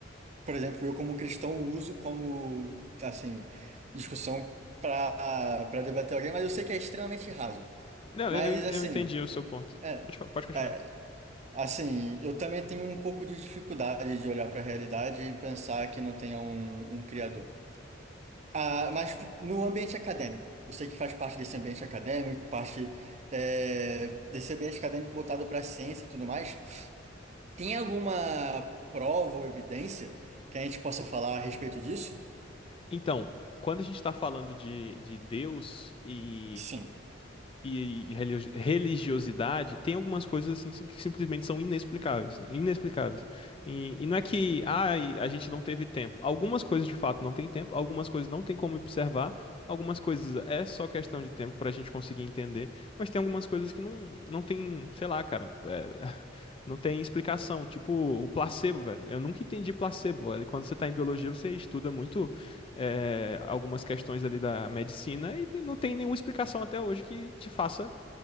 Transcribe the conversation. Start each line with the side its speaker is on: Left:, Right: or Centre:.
Right: por exemplo, eu como cristão uso como, assim, discussão para para debater alguém, mas eu sei que é extremamente raso.
Left: Não,
Right: Mas,
Left: eu, eu ent- eu
Right: assim,
Left: entendi o seu ponto.
Right: é.
Left: Pode, fa- pode continuar.
Right: é, Assim, eu também tenho um pouco de dificuldade de olhar para a realidade e pensar que não tenha um, um criador. Ah, mas no ambiente acadêmico, você que faz parte desse ambiente acadêmico, parte eh, desse ambiente acadêmico voltado para a ciência e tudo mais, tem alguma prova ou evidência que a gente possa falar a respeito disso?
Left: Então, quando a gente está falando de, de Deus e
Right: Sim,
Left: e, e religi- religiosidade, tem algumas coisas assim sim- que simplesmente são inexplicáveis, inexplicáveis. E, e não é que ah, e a gente não teve tempo. Algumas coisas de fato não tem tempo, algumas coisas não tem como observar, algumas coisas é só questão de tempo para a gente conseguir entender, mas tem algumas coisas que não, não tem, sei lá, cara, é, <laughs> não tem explicação. Tipo o placebo, velho. Eu nunca entendi placebo. Olha, Quando você tá em biologia, você estuda muito é, algumas questões ali da medicina e não tem nenhuma explicação até hoje que te faça